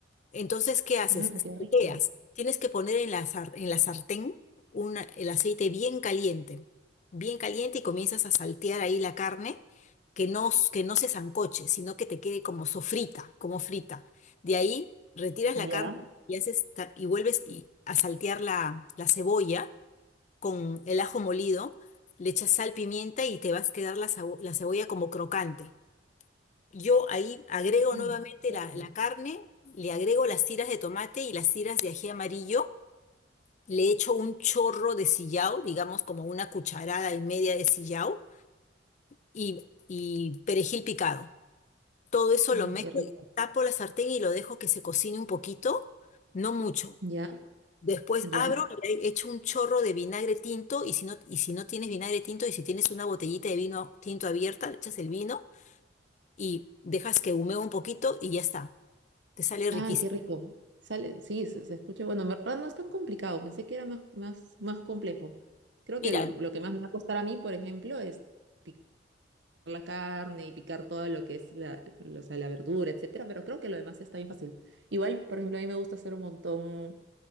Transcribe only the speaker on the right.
Ah, qué rico.
Ya.
Ah,
perfecto.
Ah,
qué rico.
Ya,
ya.
Ay,
qué rico. Sale, sí, se, se escucha. Bueno, en verdad no es tan complicado. Pensé que era más, más, más complejo. Creo
que lo, lo que más me va a costar a mí, por ejemplo, es picar la carne y picar todo lo que es la, lo- o sea, la verdura, etcétera. Pero creo que lo demás está bien fácil. Igual, por ejemplo, a mí me gusta hacer un montón.